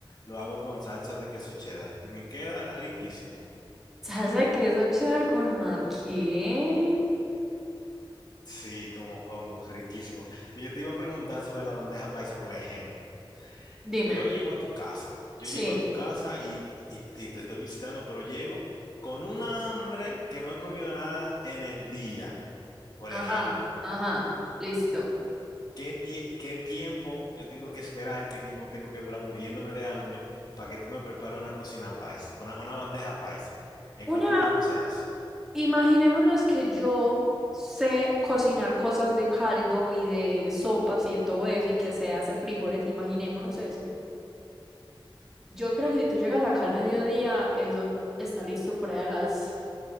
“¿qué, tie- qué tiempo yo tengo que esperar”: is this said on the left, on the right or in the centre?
Left